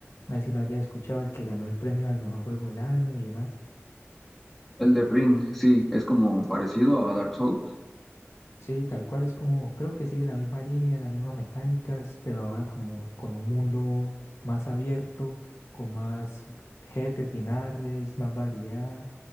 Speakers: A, on the left; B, in the centre.
A: No sé si lo haya escuchado, el que ganó el premio al mejor juego del año y demás.
B: El de Ring, sí, es como parecido a Dark Souls.
A: Sí, tal cual es como, creo que sigue la misma línea, las mismas mecánicas, pero ahora como con un mundo más abierto, con más jefes finales, más variedad,